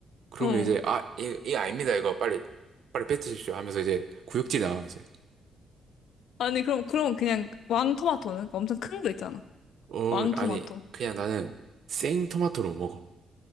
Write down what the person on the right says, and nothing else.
그러면
이제 아 이, 이 아닙니다 이거 빨리 빨리 뱉으십시오 하면서 이제 구역질이 나와 이제
어
아니 그냥 나는 생토마토로 못 먹어